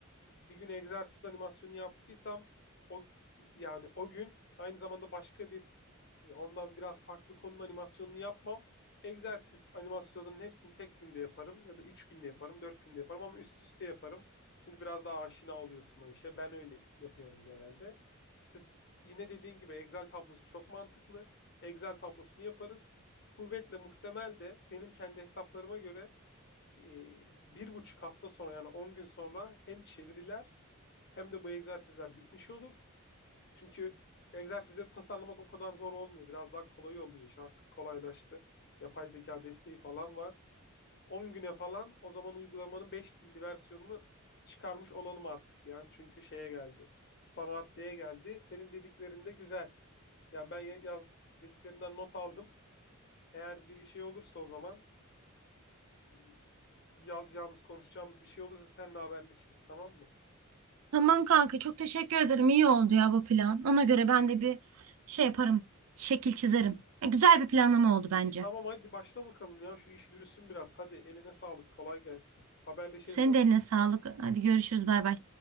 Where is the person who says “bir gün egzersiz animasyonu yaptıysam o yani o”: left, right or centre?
Left